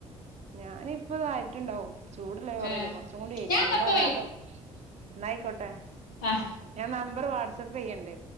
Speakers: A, on the right; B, on the left.
A: ഞാൻ ഇപ്പം ഇതായിട്ടുണ്ടാവും ചൂടുള്ള ചോറല്ലേ
B: ഏഹ്
A: കൊറച്ചും കൂടേയ്
B: ഞാൻന്നാ
A: ചൂടാറാതെ
B: ഇപ്പ
A: ന്നായിക്കോട്ടേ
B: അഹ്
A: ഞാൻ നമ്പറ് വാട്സപ്പ് ചെയ്യണ്ട്